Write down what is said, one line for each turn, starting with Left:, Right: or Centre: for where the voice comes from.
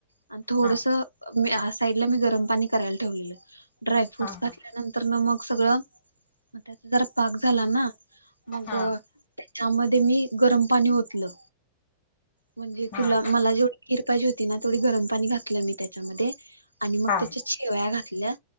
Right: आणि थोडंसं
Left: हा
Right: मं यां साईडला मी गरमं पाणी करायला ठेवले ड्राय फ्रूट
Left: हा
Right: घातले
Left: हा
Right: नंतर नं मगं सगळं त्यांचा जरां पाक झालां नां मंग
Left: हा
Right: त्यांच्यामध्ये मी गरमं पाणी ओतलं म्हणजे
Left: हा
Right: तुंला मलां जेवढं खिर पाहिजे होती नां थोंडी गरमं पाणी घातलं मी त्यांच्यामध्ये आणि मंग
Left: हा
Right: त्यांच्यात शेवाळया घातल्यां